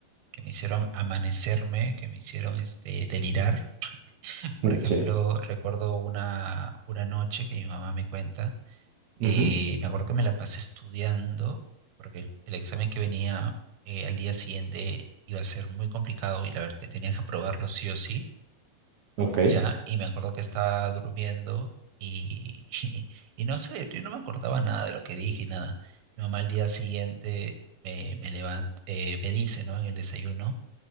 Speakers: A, on the right; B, on the right.
A: que me hicieron amanecerme, que me hicieron este, delirar. Por
B: Mm,
A: ejemplo,
B: Sí.
A: recuerdo una, una noche que mi mamá me cuenta,
B: Ujú.
A: eh, me acuerdo que me la pasé estudiando, porque el, el examen que venía eh, al día siguiente iba a ser muy complicado y la verdad que tenía que aprobarlo sí o sí.
B: Ok.
A: ya, y me acuerdo que estaba durmiendo y, y, y no sé, yo no me acordaba nada de lo que dije y nada. Mi mamá al día siguiente me, me levanta, eh, me dice, ¿no? En el desayuno,